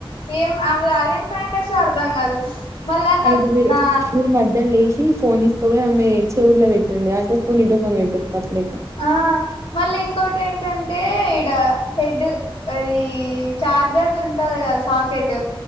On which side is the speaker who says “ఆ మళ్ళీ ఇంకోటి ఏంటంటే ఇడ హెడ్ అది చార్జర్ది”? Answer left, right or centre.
Left